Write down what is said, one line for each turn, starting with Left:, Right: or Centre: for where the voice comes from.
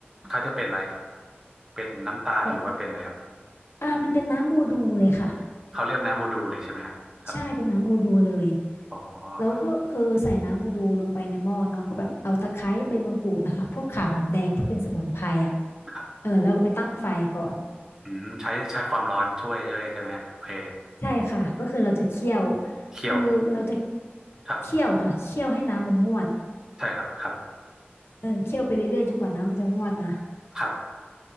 Right: เขาจะเป็นอะไรครับเป็นน้ำตาลหรือว่าเป็นอะไรครับ
Left: มัน อ่ามันเป็นน้ำบูดูเลยค่ะ
Right: เขาเลือกน้ำบูดูเลยใช่ไหมฮะครับ
Left: ใช่เป็นน้ำบูดูเลย
Right: อ๋อ
Left: แล้วก็คือใส่น้ำบูดูลงไปในหม้อเนาะก็แบบเอาตะไคร้ใบมะกรูดนะคะพวกข่าหอมแดงที่เป็นสมุนไพรอ่ะ
Right: ครับ
Left: เออแล้วก็ไปตั้งไฟก่อน
Right: อืมใช้ใช้ความร้อนช่วยช่วยใช่ไหมฮะโอเค
Left: ใช่ค่ะก็คือเราจะเคี่ยว
Right: เคี่ยว
Left: คือเราจะ
Right: ครับ
Left: เคี่ยวค่ะเคี่ยวให้น้ำมันงวด
Right: ใช่ครับครับ
Left: เออเคี่ยวไปเรื่อยๆจนกว่าน้ำมันจะงวดนะ
Right: ครับ